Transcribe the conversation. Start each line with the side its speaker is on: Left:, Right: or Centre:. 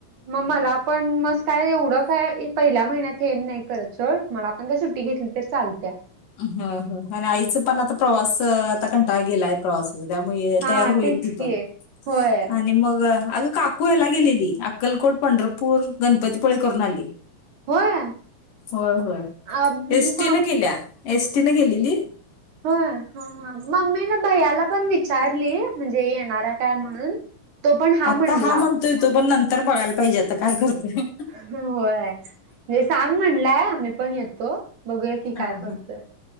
Right: मग मला पण मस काय एवढं काय पहिल्या महिन्यात हेन नाही करत सोड. मला पण काय सुट्टी घेतली तर चालत्या.
Left: ह ह आणि आईच पण आता प्रवास आता कंटाळा गेलाय प्रवासाच त्यामुळं
Right: हा
Left: तयार होईल
Right: तेच
Left: ती
Right: की
Left: पण
Right: होय
Left: आणि मग आग का कु हेला गेलेली अक्कलकोट, पंढरपूर, गणपतीपुळे करून आली.
Right: होय
Left: होय होय
Right: अ म
Left: एसटी न केल्या एसटी न केलेली.
Right: होय हा हा मम्मीनं भय्याला पण विचारली म्हणजे येणार आहे काय म्हणून. तो पण
Left: आता
Right: म्हणला
Left: हा म्हणतोय तो पण नंतर बघायला पाहिजे आता काय करतोय.
Right: ह होय म्हणजे सांग म्हणलंय आम्ही पण येतो. बघूया की काय
Left: हा
Right: करतोय,
Left: हा